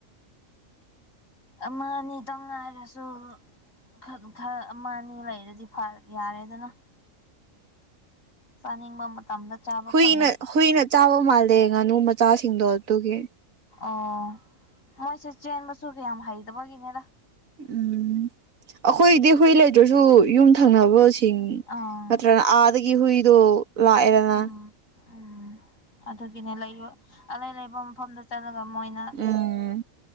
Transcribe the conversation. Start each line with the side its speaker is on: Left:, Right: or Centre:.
Left: ꯑꯃꯅꯤꯇꯪ ꯉꯥꯏꯔꯁꯨ ꯈꯔ ꯈꯔ ꯑꯃ ꯑꯅꯤ ꯂꯩꯔꯗꯤ ꯌꯥꯔꯦꯗꯅ ꯆꯥꯅꯤꯡꯕ ꯃꯇꯝꯗ ꯆꯥꯕ
Right: ꯍꯨꯏꯅ
Left: ꯐꯪꯉꯦ
Right: ꯍꯨꯏꯅ ꯆꯥꯕ ꯃꯥꯜꯂꯦ ꯉꯥꯅꯨ ꯃꯆꯥꯁꯤꯡꯗꯣ ꯑꯗꯨꯒꯤ
Left: ꯑꯣ ꯃꯣꯏꯁꯦ ꯆꯦꯟꯕꯁꯨ ꯀꯌꯥꯝ ꯍꯩꯇꯕꯒꯤꯅꯤꯗ
Right: ꯎꯝ ꯑꯈꯣꯏꯗꯤ ꯍꯨꯏ ꯂꯩꯇ꯭ꯔꯁꯨ ꯌꯨꯝ ꯊꯪꯅꯕꯁꯤꯡ
Left: ꯑꯥ
Right: ꯅꯠꯇ꯭ꯔꯒ ꯑꯥꯗꯒꯤ ꯍꯨꯏꯗꯣ ꯂꯥꯛꯑꯦꯗꯅ
Left: ꯎꯝ ꯎꯝ ꯑꯗꯨꯒꯤꯅꯦ ꯂꯩꯕ ꯑꯂꯩ ꯑꯂꯩꯕꯥ ꯃꯐꯝꯗ ꯆꯠꯂꯒ ꯃꯣꯏꯅ
Right: ꯎꯝ